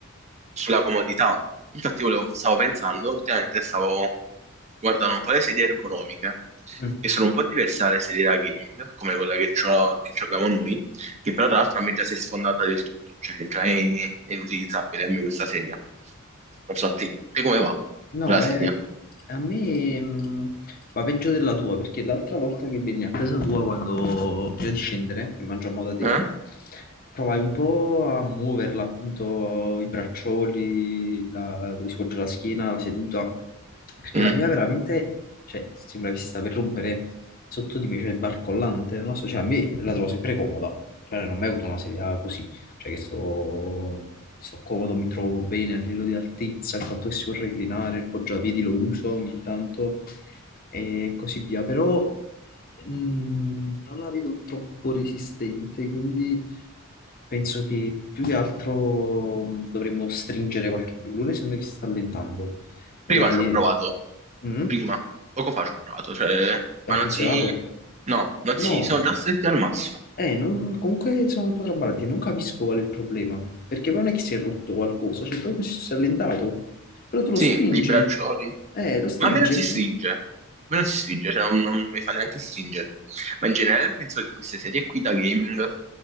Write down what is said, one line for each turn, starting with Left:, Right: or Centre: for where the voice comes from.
Right: sulla comodità. Infatti volevo- stavo pensando, ultimamente stavo guardando un po' le sedie ergonomiche,
Left: Mm.
Right: che sono un po' diverse dalle sedie da gaming, come quella che c'ho- che abbiamo noi che però tra l'altro a me già si è sfondata del tutto, cioè che già è, è inutilizzabile a me questa sedia. Non so a te, te come va
Left: No,
Right: la
Left: è-
Right: sedia?
Left: a me mh, va peggio della tua, perché l'altra volta che venni a casa tua, quando prima di scendere, che mangiamo da te,
Right: Eh?
Left: provai un po' a muoverla, appunto, i braccioli, la- dove si poggia la schiena, la seduta, perché
Right: Mm.
Left: la mia veramente, cioè, sembra che si sta per rompere sotto di me, cioè, è barcollante, non lo so, cioè, a me la trovo sempre comoda, cioè, non ho mai avuto una sedia così cioè che sto, sto comodo, mi trovo bene a livello di altezza, il fatto che si può reclinare, il poggiapiedi lo uso ogni tanto e così via, però mh, non la vedo troppo resistente, quindi penso che più che altro mm, dovremmo stringere qualche bullone, sembra che si sta allentando. E...
Right: Prima ci ho provato,
Left: Mm?
Right: prima, poco fa ci ho provato, cioè, ma
Left: Ha funzionato?
Right: non si, no, non
Left: No,
Right: si sono già stretti al massimo.
Left: eh, non- comunque sono un po' traballante, non capisco qual è il problema, perché poi non è che si è rotto qualcosa, cioè proprio si è allentato, però tu lo
Right: Sì,
Left: stringi,
Right: i braccioli.
Left: eh, lo stringi,
Right: Ma a me non si
Left: ecco.
Right: stringe. A me non si stringe, cioè non, non mi fa neanche stringere. Ma in generale penso che queste serie qui da gaming